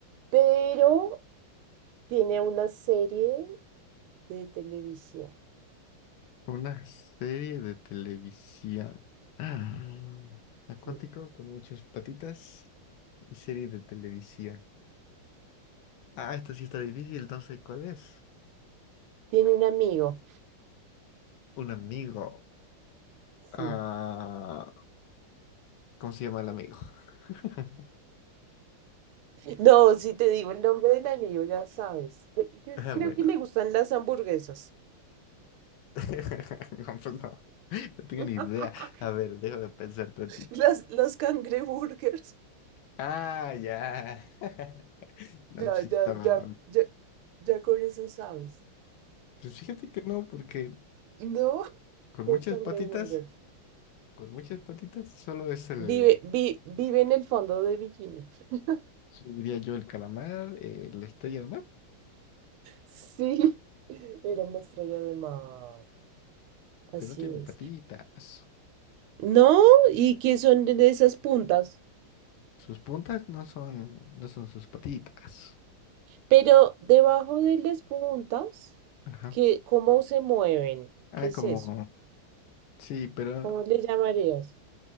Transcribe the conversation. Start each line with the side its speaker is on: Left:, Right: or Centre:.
Right: pero tiene una serie de televisión.
Left: Una serie de televisión. Ah, acuático
Right: Sí.
Left: con muchas patitas y serie de televisión. Ah, esta sí está difícil, no sé cuál es.
Right: Tiene un amigo.
Left: Un amigo.
Right: Sí.
Left: Ah, ¿cómo se llama el amigo? <laughs>
Right: No, si te digo el nombre del amigo, ya sabes. Yo- yo
Left: Ah,
Right: Creo
Left: bueno.
Right: que le gustan las hamburguesas.
Left: <laughs> No, pues no. No tengo ni
Right: <laughs>
Left: idea. A ver, déjame pensar tantito.
Right: Las, las cangreburgers.
Left: Ah, ya. <laughs> No,
Right: Ya,
Left: pues sí
Right: ya,
Left: estaba.
Right: ya, ya, ya con eso sabes.
Left: Pues fíjate que no, porque
Right: No,
Left: con
Right: los
Left: muchas
Right: cangreburgers.
Left: patitas, con muchas patitas, solo es el.
Right: Vive, vi- vive en el fondo de bikini. <laughs>
Left: Sí, diría yo el calamar, eh, la estrella de mar,
Right: Sí, era una estrella de mar. Así
Left: pero no tiene
Right: es.
Left: patitas.
Right: No, ¿y qué son de esas puntas?
Left: Sus puntas no son, no son sus patitas.
Right: Pero debajo de las puntas,
Left: Ajá.
Right: ¿qué, cómo se mueven?
Left: Ah,
Right: ¿Qué es
Left: como,
Right: eso?
Left: sí, pero
Right: ¿Cómo le llamarías?